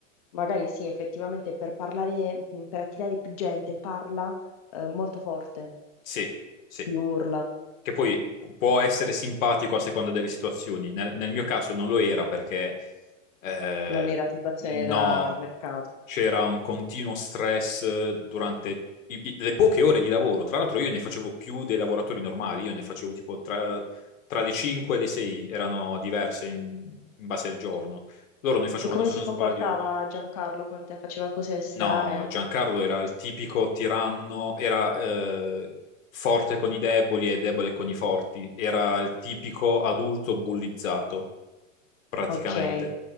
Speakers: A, on the left; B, on the left.
A: magari sì, effettivamente per parlare, mm, per attirare più gente parla, eh, molto forte,
B: Sì, sì.
A: si urla,
B: Che poi può essere simpatico a seconda delle situazioni. Nel, nel mio caso non lo era perché eh,
A: non è la situazione
B: no,
A: da mercato.
B: c'era un continuo stress eh, durante i- i- le poche ore di lavoro. Tra l'altro io ne facevo più dei lavoratori normali, io ne facevo tipo tra, tra le 5 e le 6, erano diverse in, in base al giorno. Loro ne facevano,
A: E come
B: se
A: si
B: non
A: comportava
B: sbaglio,
A: Giancarlo con te? Faceva cose strane?
B: No, Giancarlo era il tipico tiranno, era eh, forte con i deboli e debole con i forti, era il tipico adulto bullizzato, praticamente.
A: Ok. E